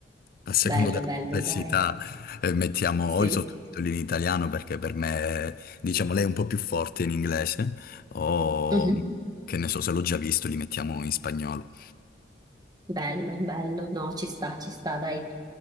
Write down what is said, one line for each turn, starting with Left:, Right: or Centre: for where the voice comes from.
Left: A secondo
Right: Bello,
Left: della
Right: bello,
Left: complessità,
Right: dai.
Left: eh, mettiamo
Right: Sì.
Left: o i sottotitoli in italiano perché per me, diciamo, lei è un po' più forte in inglese, o
Right: Mhm.
Left: che ne so, se l'ho già visto, li mettiamo in spagnolo.
Right: Bello, bello. No, ci sta, ci sta, dai.